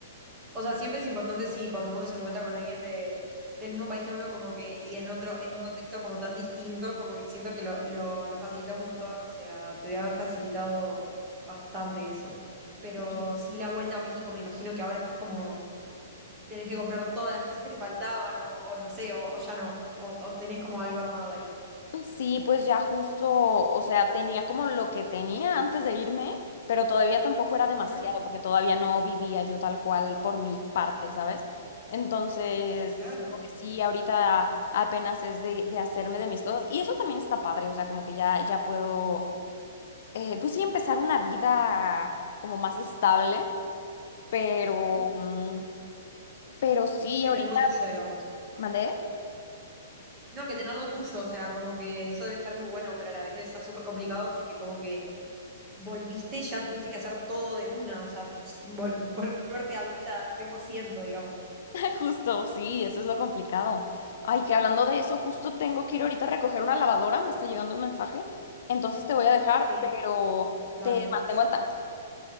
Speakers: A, on the right; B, on the left.
A: O sea, siempre es importante, sí, cuando uno se encuentra con alguien de, del mismo país que uno, como que, y en otro, en un contexto como tan distinto, como que siento que lo, lo, lo facilita un montón, o sea, te debe haber facilitado bastante eso. Pero
B: Sí.
A: sí, la vuelta a México, me imagino que ahora estás como, tenés que comprar todas las cosas que te faltaban, o, o no sé, o, o ya no, o, o tenés como algo armado ahí.
B: Sí, pues ya justo, o sea, tenía como lo que tenía antes de irme, pero todavía tampoco era demasiado,
A: Ujú,
B: porque todavía no vivía yo tal cual por mi parte, ¿sabes? Entonces,
A: claro.
B: como que sí, ahorita apenas es de, de hacerme de mis cosas, y eso también está padre, o sea, como que ya, ya puedo eh, pues sí, empezar una vida como más estable, pero,
A: ujú.
B: mm, pero sí,
A: Sí,
B: ahorita
A: tener lo tuyo, digamos.
B: mandé.
A: No, que tener lo tuyo, o sea, como que eso debe estar muy bueno, pero a la vez debe ser súper complicado porque como que volviste y ya tuviste que hacer todo de una, o sea, vol- volverte adulta cien por ciento digamos.
B: <laughs> Justo, sí, eso es lo complicado. Ay, que hablando de eso, justo tengo que ir ahorita a recoger una lavadora, me está llegando un mensaje, entonces te voy a dejar,
A: Sí,
B: pero
A: vale.
B: te mantengo al tanto.